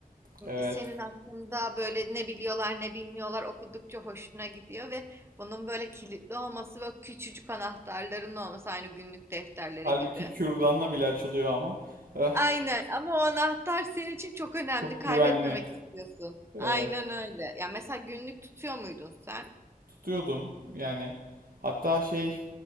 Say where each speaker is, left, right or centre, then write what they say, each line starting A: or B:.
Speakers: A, on the right (about 70°); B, on the right (about 15°).
A: Evet.
B: Senin hakkında böyle ne biliyorlar ne bilmiyorlar okudukça hoşuna gidiyor ve bunun böyle kilitli olması ve küçücük anahtarların olması aynı günlük defterleri
A: Halbuki
B: gibi.
A: kürdanla bile açılıyor ama. <laughs>
B: Aynen ama o anahtar senin için çok önemli
A: Çok
B: kaybetmemek
A: güvenli.
B: istiyorsun.
A: Evet,
B: Aynen öyle. Ya mesela günlük tutuyor muydun sen?
A: tutuyordum. Yani hatta şey